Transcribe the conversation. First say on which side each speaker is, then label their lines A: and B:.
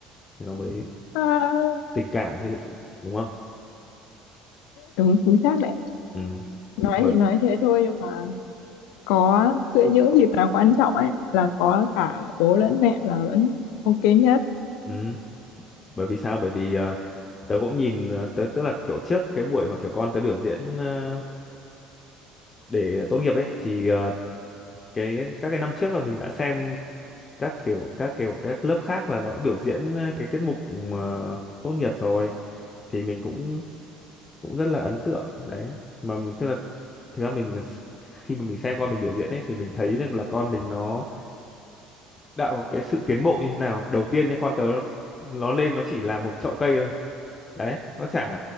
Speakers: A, on the left; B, on the left.
A: thì nó mới
B: <laughs> à,
A: tình cảm chứ lị đúng không
B: đúng chính xác đấy
A: ừ
B: nói
A: bởi
B: thì nói thế thôi nhưng mà có giữa những dịp nào quan trọng ấy là có cả bố lẫn mẹ là vẫn ok nhất
A: ừ bởi vì sao bởi vì ờ, tớ cũng nhìn ờ, tớ tức là kiểu trước cái buổi mà kiểu con tớ biểu diễn ờ, để tốt nghiệp ấy thì ờ, cái các cái năm trước là mình đã xem các kiểu các kiểu các lớp khác là nó đã biểu diễn ờ, cái tiết mục mà tốt nghiệp rồi thì mình cũng cũng rất là ấn tượng đấy mà m- tức là thực ra mình s- khi mà mình xem con mình biểu diễn ấy thì mình thấy được là con mình nó đã có cái sự tiến bộ như thế nào đầu tiên nha con tớ nó lên nó chỉ là một chậu cây thôi đấy nó chả